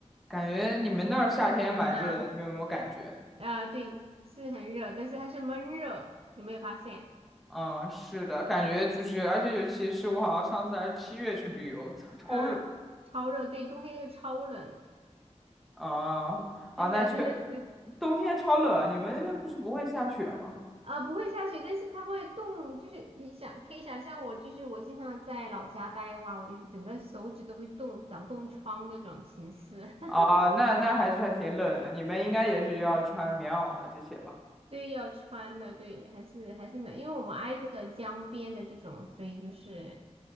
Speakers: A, in the centre; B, on the right (about 55°).
A: 感觉你们那儿夏天也蛮热的，
B: 嗯
A: 你们有没有感觉？
B: 啊，对，是很热，但是它是闷热，有没有发现？
A: 嗯，是的，感觉就是，而且尤其是我好像上次还是七月去旅游，超超热
B: 嗯，超热，对，冬天又超冷，
A: 啊啊，
B: 真的真的是。
A: 那确冬天超冷啊，你们那边不是不会下雪吗？
B: 啊，不会下雪，但是它会冻，就是你想可以想象我，就是我经常在老家待的话，我就整个手指都会冻，长冻疮这种形式。<laughs>
A: 啊，那那还是还挺冷的，你们应该也是要穿棉袄的这些吧？
B: 对，要穿的，对，还是还是冷，因为我们挨着江边的这种，所以就是